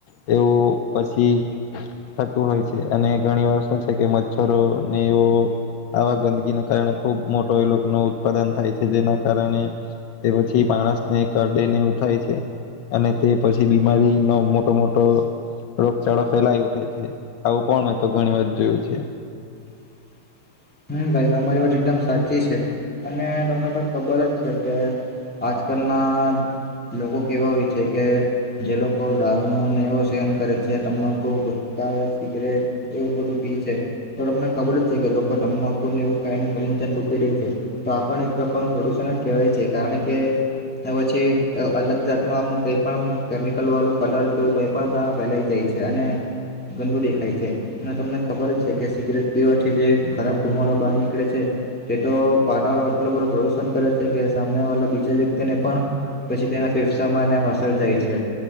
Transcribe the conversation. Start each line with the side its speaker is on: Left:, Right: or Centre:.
Left: એવું પછી થતું હોય છે અને ઘણી વાર શું છે કે મચ્છરો ને એવું આવા ગંદકીને કારણે ખુબ મોટો એલોકો નો ઉત્પાદન થાય છે જેના કારણે તે પછી માણસને કરડેને એઉ થાય છે. અને તે પછી બીમારીનો મોટો મોટો રોગચાળો ફેલાય ઉઠે છે. આવું પણ મેં તો ઘણી વાર જોયું છે.
Centre: <inaudible> હમ્મ, ભાઈ તમારી વાત એકદમ સાચી છે અને તમને તો ખબર જ છે કે આજકાલના લોકો કેવા હોય છે કે જે લોકો દારૂ નોને એવો સેહન કરે છે તમાંકુ ગુટકા, સિગરેટ એવું બધું પી છે તો તમને ખબર જ છે કે લોકો તમબા ને એવું ખાઈને ગમે તે થૂંકી દે છે તો આપ પણ એક પ્રકારનું પ્રદુષણ જ કહેવાય છે કારણ કે ને પછી અલગ જાત નુ આમ કઈ પણ આમ કેમિકલ વાળું કલર કેવું કઈ પણ તા ફેલાઈ જાય. અને ગંદુ દેખાય છે અને તમને ખબર છે કે સિગરેટ પીવાથી જે ખરાબ ઘુમાડો બહાર નીકળે છે તે તો પાટવારમાં એટલો બધો પ્રદુષણ કરે છે કે સામને વાલા બીજા વ્યક્તિ અને પણ પછી તેના ફેફસામાં અને અસર થાય છે.